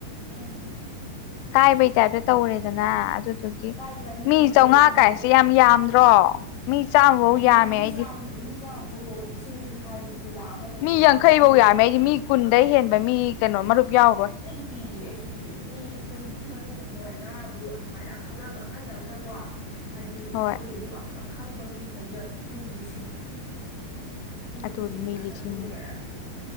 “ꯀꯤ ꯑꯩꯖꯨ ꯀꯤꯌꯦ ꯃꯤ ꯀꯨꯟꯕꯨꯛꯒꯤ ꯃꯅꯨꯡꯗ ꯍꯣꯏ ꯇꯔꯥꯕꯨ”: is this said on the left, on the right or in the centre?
Left